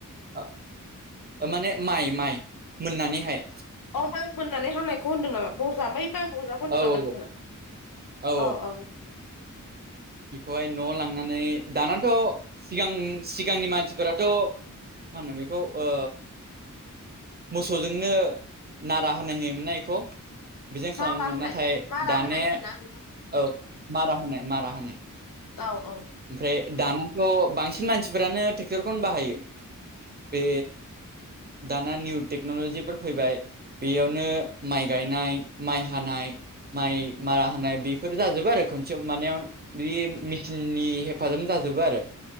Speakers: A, on the right; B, on the left.
A: ओ ओ माने माइ माइ मोननानैहाय।
B: अ माइ मोननानै हानायखौ होनदों नामा बजा बै माइ फजाखौ दं
A: औ
B: नामा
A: औ
B: नोंथाङा?
A: औ औ
B: अ ओं।
A: बेखौहाय न'आव लांनानै दानाथ' सिगां सिगांनि मानसिफोराथ' मा होनो बेखौ ओ मोसौजोंनो नारा होनो होयोमोन ना एखौ। बिदिनो खालामोमोन
B: मारा होनाय
A: नाथाय
B: मारा
A: दाने
B: होनाय होनोना नोंखौ
A: औ मारा होनाय मारा होनाय।
B: औ औ।
A: ओमफ्राय दानथ' बांसिन मानसिफोरानो ट्रेक्टरखौनो बाहायो। बे दाना निउ टेक्न'लजिफोर फैबाय। बेयावनो माइ गायनाय माइ हानाय माइ मारा होनाय बेफोर जाजोबो आरो खोनसेआव मानायाव बेदि मिचिन नि हेफाजाब जाजोबो आरो।